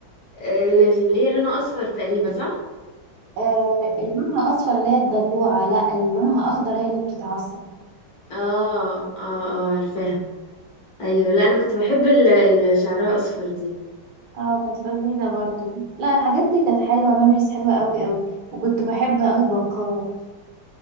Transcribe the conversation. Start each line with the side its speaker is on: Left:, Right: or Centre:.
Left: آه، اللي اللي هي لونها اصفر تقريبا صح؟
Right: آه اللي لونها اصفر اللي هي الدلوعه لا اللي لونها اخضر هي اللي بتتعصب
Left: اه اه اه عارفاها ايوه لا انا كنت بحب ال- اللي شعرها اصفر دي
Right: اه كانت لذيذه برضو لا الحاجات دي كانت حلوه ميموريز حلوه قوي قوي وكنت بحب قوي بكار